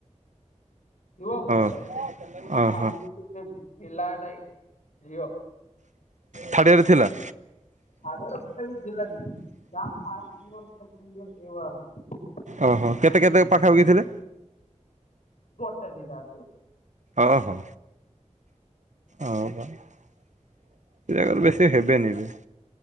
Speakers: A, on the left; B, on the right.
A: <unintelligible>
B: ଓ ଓହୋ ଥାର୍ଡୟରରେ ଥିଲା?
A: ଥାର୍ଡୟରରେ ଗୋଟେ ବି ଝିଲାନି। ଯାହା ଫାଷ୍ଟ ଇଅର ସେକେଣ୍ଡ ଇଅର ଏଇ ଭଳିଆ
B: ଓହୋ କେତେ କେତେ ପାଖାପାଖି ଥିଲେ?
A: ଗୋଟେ ଦିଟା ଟା ଝିଅ।
B: ଓହୋ! ଓହୋ ସେ ଜାଗାରେ ବେଶୀ ହେବେନି ବି,